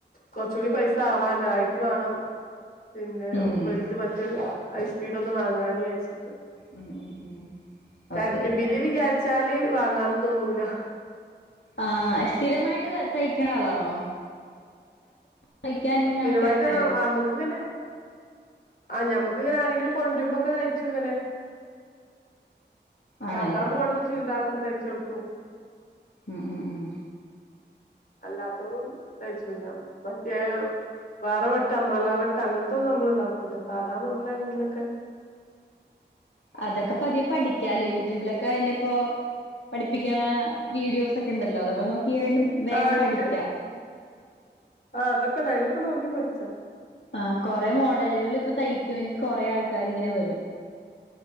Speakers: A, on the left; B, on the left.
A: കൊർച്ചൂടി പൈസ ആവാണ്ട് ആയിട്ട് വാണം പിന്നെ
B: ഉം.
A: വൽത് മറ്റേ ഐസ്പീഡാെന്ന് വാങ്ങാന്ജാര്ച്ച്ക്കാ
B: ഉം ഉം ഉം.
A: കര്ന്റും
B: ഓക്കെ.
A: ബില്ല് വിചാര്ച്ചാല് വാങ്ങാനും തോന്നൂലാ
B: ആഹ് സ്ഥിരമായ്ട്ട് ത തയ്ക്ണ ആളാണോ തയ്ക്കാൻ ഇങ്ങനെ
A: സ്ഥിരമായിട്ട്ർഞ്ഞാ
B: ആൾക്കാര് വരോ?
A: അ അമ്മക്ക്ങ്ങെനെ ആഹ് ഞമ്മക്ക് ഇങ്ങെനെ ആരെങ്കിലും കൊണ്ട്ര്മ്പാെക്കെ തയ്ച്ചുങ്ങെനെ
B: ആണല്ലേ?
A: സാധാ മോഡല് ചുരിദാറൊക്കെ തയ്ച്ച് കൊട്ക്കും
B: ഉം ഉം ഉം.
A: അല്ലാത്തൊന്നും തയ്ചൂല മറ്റേ, വേറെവെട്ട് അംബ്രല വെട്ട് അങ്ങനത്തൊന്നും നമ്മൾ ഇതാക്കൂല്ല. സാധാണ മോഡലാണെങ്കിലൊക്കെ,
B: അതക്കെ പതിയെ പഠിക്കാലോ. യൂട്യൂബിലൊക്കെ അയിന്റെ ഇപ്പോ. പഠിപ്പിക്കണ വീഡിയോസ് ഒക്കെ ഉണ്ടല്ലോ, അതൊക്കെ നോക്കിയാലും. വേഗം
A: ആ ഇണ്ട്.
B: പഠിക്കാം.
A: ആ അതൊക്കെ ണ്ടയില് അയ്ലൊക്കെ നോക്കി പഠിച്ചാ.
B: ആ കൊറേ മോഡലുകല് ഇപ്പ തയ്ക്കുമെങ്കിൽ കൊറേ ആൾക്കാര് ഇങ്ങനെ വരും.